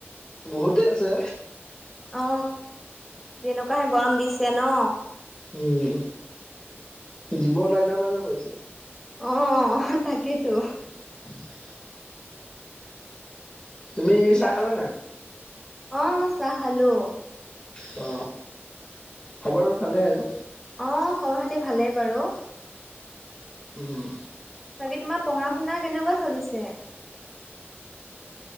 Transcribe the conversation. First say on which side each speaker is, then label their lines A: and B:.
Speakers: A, on the left; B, in the centre.
A: বহুতে আছে
B: অ যেনকাহে গৰম দিছে ন
A: উম জীৱ ওলাই যাও ওলাই যাও কৰিছে
B: অ তাকেতো
A: <unintelligible> তুমি
B: বাক
A: চাহ খালা নাই?
B: অ মই চাহ খালো
A: ত খবৰ ভালেই আৰু
B: অ', খবৰ খাতি ভালেই বাৰু
A: উম।
B: বাকী তোমাৰ পঢ়া শুনা কেনেকুৱা চলিছে?